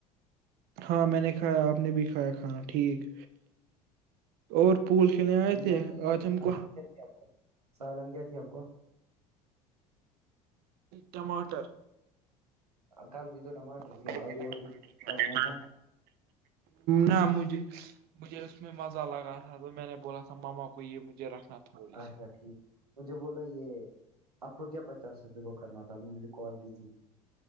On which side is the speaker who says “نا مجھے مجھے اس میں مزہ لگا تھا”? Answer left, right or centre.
Right